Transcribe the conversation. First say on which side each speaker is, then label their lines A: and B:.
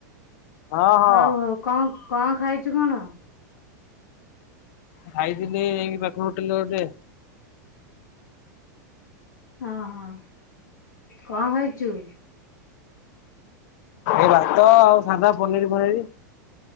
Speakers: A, on the left (about 55°); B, on the left (about 90°).
A: ହଁ ହଁ
B: ହଉ ହଉ କଣ କଣ ଖାଇଛୁ କଣ?
A: ଖାଇଥିଲି ଏଇ ମେଘ ଉଠେଇଲା ଯେ
B: ହଁ ହଁ। କଣ ଖାଇଛୁ?
A: ଏ ଭାତ ଆଉ ସାଧା ପନିର ଫନିର।